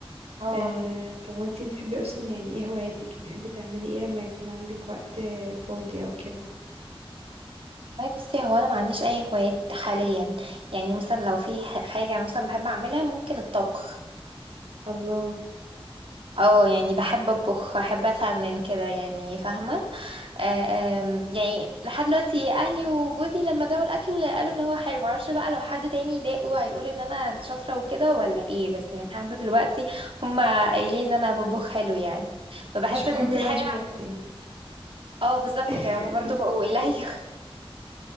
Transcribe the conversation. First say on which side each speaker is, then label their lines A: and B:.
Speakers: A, on the right; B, on the right.
A: اه
B: آه طب وانتي بتحبي اصلا يعني ايه هواياتك بتحبي تعملي ايه لما يكون عندك وقت فاضي او كده
A: أي بصي هو انا ما عنديش اي هوايات حاليا يعني مثلا لو في ح- حاجه مثلا بحب اعملها ممكن الطبخ
B: الله
A: اه يعني بحب اطبخ احب افنن كده يعني فاهمه آه، آم، يعني لحد دلوقتي اهلي وجوزي لما داقوا الاكل قالوا ان هو حلو معرفش بقى لو حد تاني داقه هيقول ان انا شاطره وكده ولا ايه بس يعني لحد دلوقتي هما قايلين ان انا بطبخ حلو يعني فبحس
B: مش
A: ان
B: مهم
A: دي
B: رأي
A: حاجه
B: حد تاني
A: <laughs> اه بالظبط
B: <laughs>
A: كده هما برضه بقول <laughs> ايوه